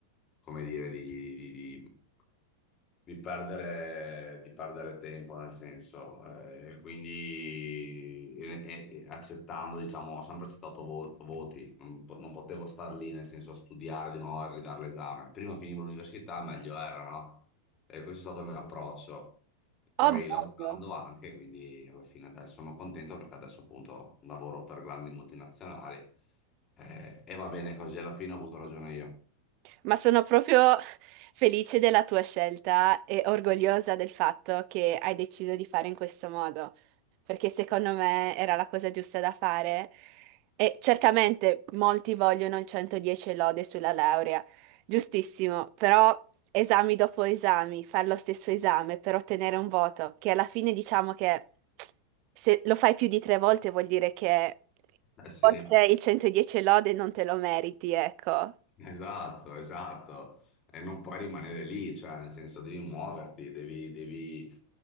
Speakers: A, on the left; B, on the right.
A: come dire, di, di- di- di perdere, di perdere tempo, nel senso, eh, quindi e- e- e accettando, diciamo, ho sempre accettato vo- voti, non, po- non potevo star lì, nel senso, a studiare di nuovo e ridare l'esame. Prima finivo l'università, meglio era, no? E questo è stato il mio approccio. Poi
B: Ovvio.
A: Mm. lavorando anche, quindi alla fine adesso sono contento perché adesso appunto lavoro per grandi multinazionali eh, e va bene così, alla fine ho avuto ragione io.
B: Ma sono proprio felice della tua scelta e orgogliosa del fatto che hai deciso di fare in questo modo, perché secondo me era la cosa giusta da fare. E certamente molti vogliono il 110 e lode sulla laurea, giustissimo, però esami dopo esami, fare lo stesso esame per ottenere un voto, che alla fine diciamo che se lo fai più di tre volte vuol dire che
A: Eh sì,
B: forse il 110 e lode non te lo meriti, ecco.
A: esatto, esatto. e non puoi rimanere lì, cioè nel senso devi muoverti, devi, devi